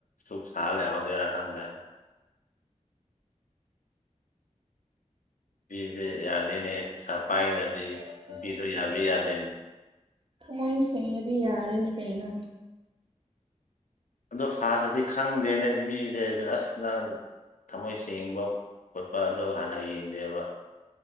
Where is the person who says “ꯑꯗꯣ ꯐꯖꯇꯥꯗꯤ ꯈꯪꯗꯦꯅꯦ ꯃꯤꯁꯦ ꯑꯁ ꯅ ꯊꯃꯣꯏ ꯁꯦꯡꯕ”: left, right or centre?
Left